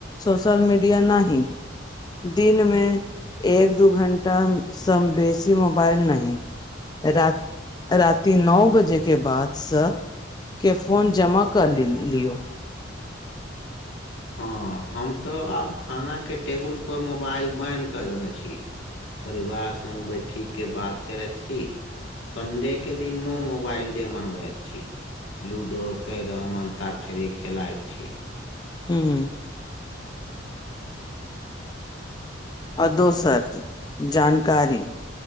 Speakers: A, on the left; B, on the left.
A: सोशल मीडिया नाहि दिनमे एक दू घण्टासँ बेसी मोबाइल नाहि राति राति नओ बजे के बादसँ केफोन जमा कऽ ले लियौ
B: हँ हम तऽ आब खाना के टेबुल पर मोबइल बैन क देने छी परिवार संग बैठी के बात करैत छी संडेके दिन नो मोबइल डे मनबैत छी लूडो कैरम अन्ताक्षरी खेलाइत छी
A: हूँ आ दोसर जानकारी